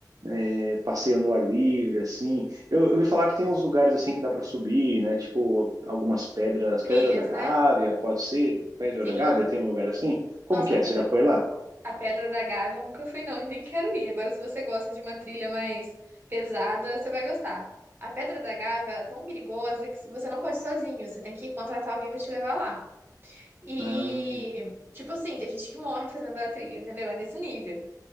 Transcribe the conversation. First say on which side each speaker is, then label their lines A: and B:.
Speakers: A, on the right; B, on the right.
A: é, passeio no ar livre, assim, eu, eu ouvi falar que tem uns lugares assim que dá para subir, né? Tipo algumas pedras,
B: Trilhas,
A: Pedra da Gávea,
B: né?
A: pode ser? Pedra
B: Sim.
A: da Gávea tem um lugar assim? Como
B: Nossa,
A: que
B: a
A: é?
B: Pedra,
A: Você já foi lá?
B: a Pedra da Gávea eu nunca fui, não, e nem quero ir. Agora, se você gosta de uma trilha mais pesada, você vai gostar. A Pedra da Gávea ela é tão perigosa que você não pode ir sozinho, você tem que contratar alguém para te levar lá. E,
A: Ah,
B: tipo assim, tem gente que morre fazendo a trilha, entendeu? É nesse nível.